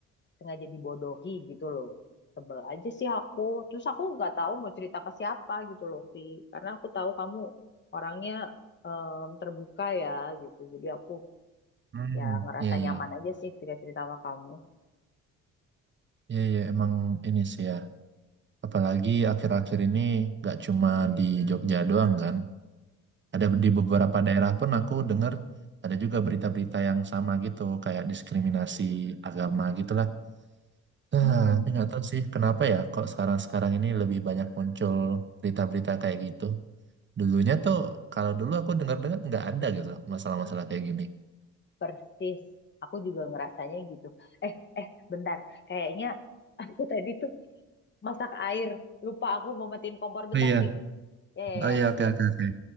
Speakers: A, on the left; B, on the right.
A: sengaja dibodohi gitu loh sebel aja sih aku terus aku nggak tahu mau cerita ke siapa gitu loh Vi karena aku tahu kamu orangnya em, terbuka ya gitu jadi aku
B: Hmm,
A: ya ngerasa
B: iya
A: nyaman
B: iya.
A: aja sih ketika cerita sama kamu
B: Iya iya emang ini sih ya. Apalagi akhir-akhir ini nggak cuma di Jogja doang kan. Ada di beberapa daerah pun aku dengar ada juga berita-berita yang sama gitu kayak diskriminasi agama gitulah. Nah,
A: Mm-mm.
B: tapi nggak tahu sih kenapa ya kok sekarang-sekarang ini lebih banyak muncul berita-berita kayak gitu. Dulunya tuh kalau dulu aku dengar-dengar nggak ada gitu loh masalah-masalah kayak gini.
A: persis aku juga ngerasanya gitu eh eh bentar kayaknya aku tadi tuh masak air lupa aku mau matiin kompor bentar
B: Oh iya,
A: Vi ya ya
B: oh
A: ya
B: iya, oke, oke, oke.